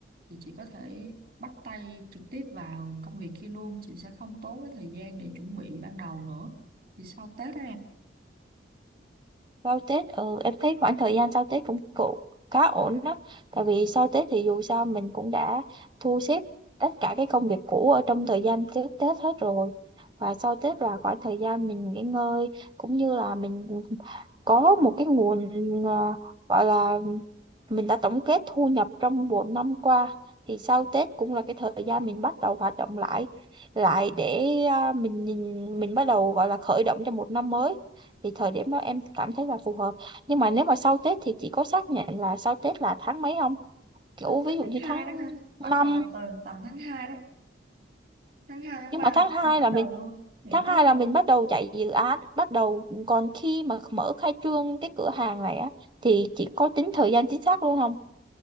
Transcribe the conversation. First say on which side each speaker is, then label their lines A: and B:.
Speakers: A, on the right; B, on the right.
A: thì chị có thể bắt tay trực tiếp vào công việc kia luôn chị sẽ không tốn cái thời gian để chuẩn bị ban đầu nữa thì sau Tết đó em
B: sau Tết ừ em thấy khoảng thời gian sau Tết cũng cũng khá ổn đó tại vì sau Tết thì dù sao mình cũng đã thu xếp tất cả cái công việc cũ ở trong thời gian trước Tết hết rồi và sau Tết là khoảng thời gian mình nghỉ ngơi cũng như là mình có một cái nguồn à, gọi là mình đã tổng kết thu nhập trong một năm qua thì sau Tết cũng là cái thời gian mình bắt đầu hoạt động lại lại để à, mình nhìn mình bắt đầu gọi là khởi động cho một năm mới thì thời điểm đó em cảm thấy là phù hợp nhưng mà nếu mà sau Tết thì chị có xác nhận là sau Tết là tháng mấy không
A: sau
B: kiểu ví
A: Tết
B: dụ
A: tháng
B: như tháng
A: 2 đó ha bắt
B: năm
A: đầu từ tầm tháng 2 đó tháng 2 tháng
B: nhưng
A: 3
B: mà
A: là
B: tháng hai
A: chị mới bắt
B: là
A: đầu
B: mình
A: luôn nghỉ
B: tháng 2
A: Tết
B: là mình
A: vô
B: bắt đầu chạy dự án bắt đầu còn khi mà mở khai trương cái cửa hàng này á thì chị có tính thời gian chính xác luôn không